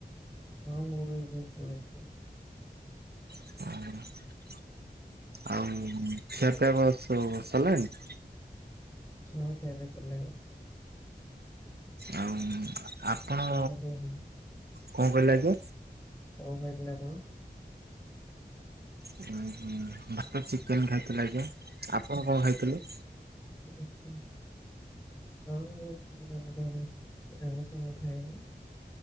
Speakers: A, on the left (about 20°); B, on the right (about 65°).
A: ହଁ ମୁଁ ବି ଏବେ ଶୋଇଛି।
B: ହୁଁ। ଆଉ ଖିଆପିଆ କଁ ସବୁ ସରିଲାଣି।
A: ହଁ ଖିଆ ପିଆ ସରିଲାଣି।
B: ଆଉ ଆପଣ
A: କଣ ଖାଇଥିଲେ ଆପଣ?
B: କଁ କହିଲେ ଆଜ୍ଞା।
A: କଣ କହିଥିଲେ ଆପଣ?
B: ବଟର ଚିକେନ ଖାଇଥିଲେ ଆଜ୍ଞା ଆପଣ କଣ ଖାଇଥିଲେ?
A: ଆଚ୍ଛା। <unintelligible>